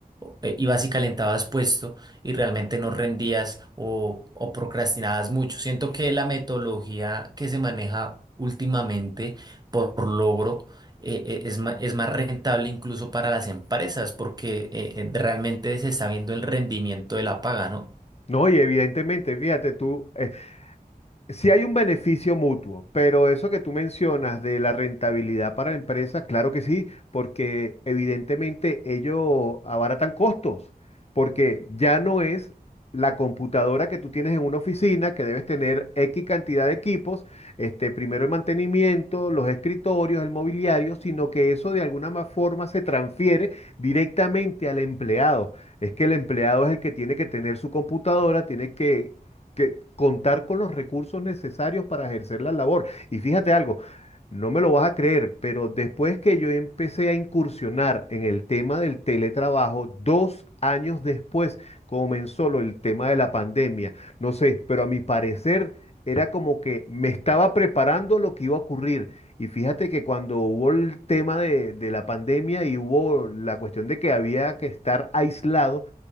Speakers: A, on the right; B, on the left.
A: eh, ibas y calentabas puesto y realmente no rendías o, o procrastinabas mucho. Siento que la metodología que se maneja últimamente por logro eh, eh, es ma- es más, rentable incluso para las empresas porque eh, eh, realmente se está viendo el rendimiento de la paga, ¿no?
B: No, y evidentemente, fíjate tú, eh, si hay un beneficio mutuo, pero eso que tú mencionas de la rentabilidad para la empresa, claro que sí, porque evidentemente ellos abaratan costos, porque ya no es la computadora que tú tienes en una oficina, que debes tener X cantidad de equipos, este, primero el mantenimiento, los escritorios, el mobiliario, sino que eso de alguna ma- forma se transfiere directamente al empleado. Es que el empleado es el que tiene que tener su computadora, tiene que que contar con los recursos necesarios para ejercer la labor. Y fíjate algo, no me lo vas a creer, pero después que yo empecé a incursionar en el tema del teletrabajo, dos años después comenzó lo, el tema de la pandemia. No sé, pero a mi parecer era como que me estaba preparando lo que iba a ocurrir. Y fíjate que cuando hubo el tema de, de la pandemia y hubo la cuestión de que había que estar aislado,